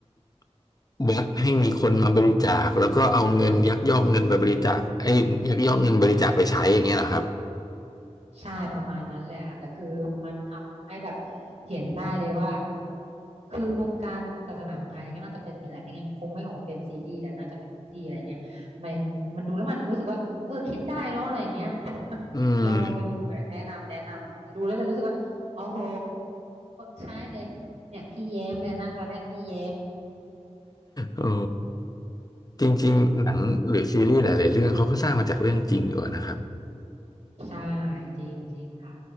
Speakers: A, on the left; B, on the right.
A: ำวัดให้มีคนมาบริจาคแล้วก็เอาเงินยักยอกเงินไปบริจาคไอ้ยยักยอกเงินบริจาคไปใช้อย่างเงี้ยเหรอครับ
B: ใช่ประมาณนั้นเลยค่ะแต่คือมันทำให้แบบเห็นได้เลยว่าคือวงการศาสนาของไทยก็น่าจะเป็นอย่างนี้แหละไม่งั้นคงไม่ออกมาเป็นซีรีส์แหละน่าจะเป็นทุกที่อะไรเงี้ยมันมันดูแล้วมันรู้สึกว่าเออคิดได้เนาะอะไรอย่างเงี้ย <laughs>
A: อืม
B: ลองลองไปดูเลยแนะนำแนะนำดูแล้วจะรู้สึกว่าโอ้โหใช่เลยเนี่ยพี่แย้มเลยนะตอนแรกพี่แย้ม
A: โอ้จริงๆหนังหรือซีรีส์หลายๆเรื่องเขาก็สร้างมาจากเรื่องจริงอยู่นะครับ
B: ใช่จริงจริงค่ะ